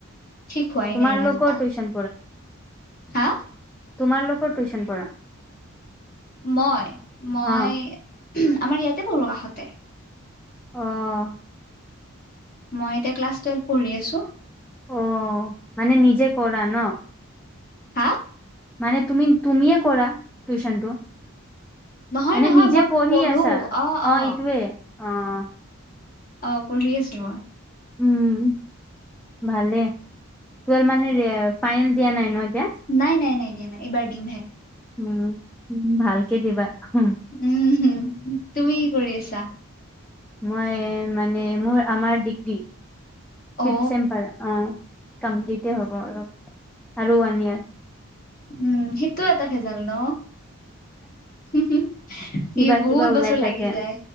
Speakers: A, on the left (about 40°); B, in the centre.
A: থিক হোৱাই
B: তোমালোকৰ
A: নাই ইমান এটা
B: টিউচন
A: হাঁ
B: তোমাৰনো ক'ত টিউশন পঢ়া?
A: মই, মই
B: অ
A: আমাৰ ইয়াতে পঢ়ো, কাষতে
B: অ'
A: মই এতিয়া ক্লাছ টুৱেলভ পঢ়ি আছোঁ
B: অ', মানে নিজে কৰা ন?
A: হাঁ?
B: মানে তুমি, তুমিৱে কৰা টিউচনটো?
A: নহয়,
B: মানে
A: নহয়,
B: নিজে
A: মই
B: পঢ়ি
A: পঢ়ো।
B: আছা?
A: অ, অ।
B: এইটোৱে অ',
A: অ' পঢ়ি আছোঁ মই।
B: উম, ভালে, টুৱেলভ মানে ফাইনেল দিয়া নাই ন এতিয়া?
A: নাই, নাই, নাই দিয়া, নাই। এইবাৰ দিম হে।
B: উম, ভালকে দিবা, হুম
A: উম হম তুমি কি কৰি আছা
B: মই মানে মোৰ আমাৰ ডিগ্ৰী
A: অ
B: ফিফ চেম্পাৰ অ কমপ্লিতে হ'ব অলপ আৰু ওৱান ইয়াৰ
A: উম সিটোও এটা ভেজাল ন হো হো
B: কিবা
A: বহুত
B: কিবা ওলাই
A: বছৰ
B: থাকে।
A: লাগি যায়